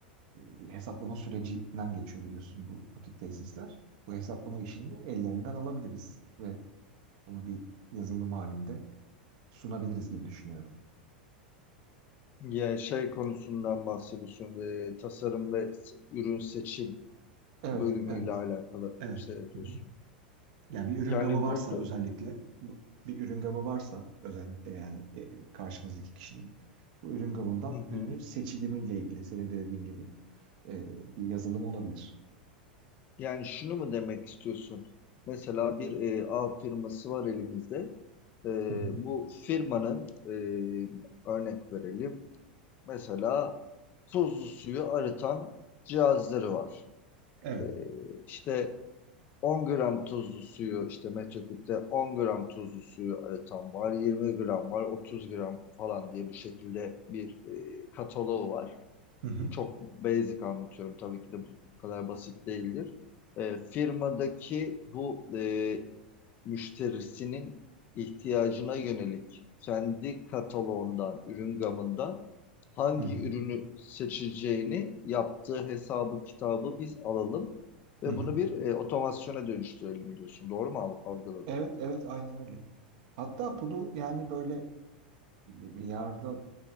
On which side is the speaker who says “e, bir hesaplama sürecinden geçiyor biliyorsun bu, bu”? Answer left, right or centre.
Right